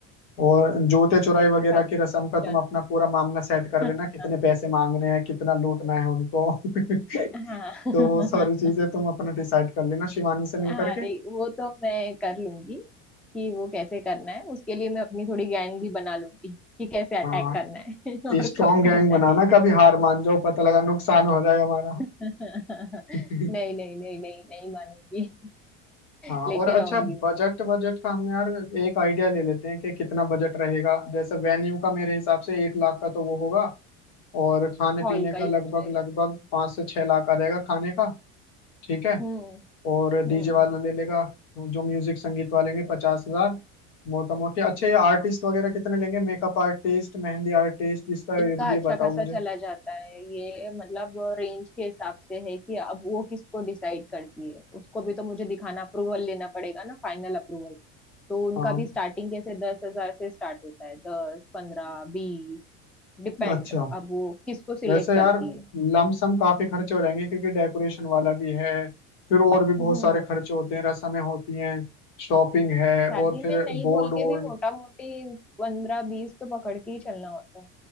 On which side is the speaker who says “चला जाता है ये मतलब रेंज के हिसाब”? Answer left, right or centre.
Centre